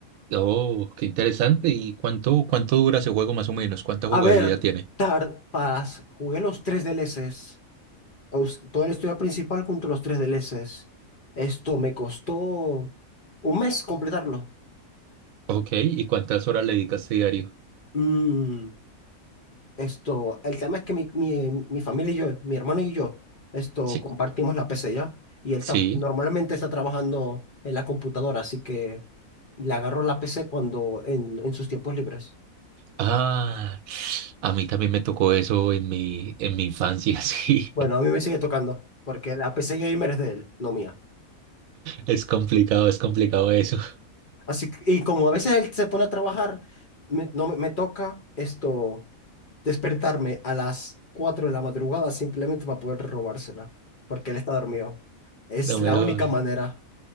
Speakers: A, on the right; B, on the left.
A: oh, qué interesante. ¿Y cuánto, cuánto dura ese juego más o menos? ¿Cuánta
B: a
A: jugabilidad
B: ver,
A: tiene?
B: Tard Pass, jugué los tres DLCs. Os- Todo el estudio principal junto a los tres DLCs. Esto me costó un mes completarlo.
A: Ok, ¿y cuántas horas le dedicas diario?
B: Mm, Esto, el tema es que mi, mi- mi familia y yo, mi hermano y yo, esto,
A: Sí,
B: compartimos la PC ya. Y él
A: sí.
B: ta- normalmente está trabajando en la computadora, así que le agarro la PC cuando, en, en sus tiempos libres.
A: Ah, a mí también me tocó eso en mi, en mi infancia, <laughs> sí.
B: Bueno, a mí me sigue tocando, porque la PC gamer es de él, no mía.
A: Es complicado, es complicado eso.
B: Así que, y como a veces él se pone a trabajar, me, no, me me toca esto, despertarme a las 4 de la madrugada simplemente para poder robársela, porque él está dormido. Es
A: No
B: la
A: me jodas.
B: única manera.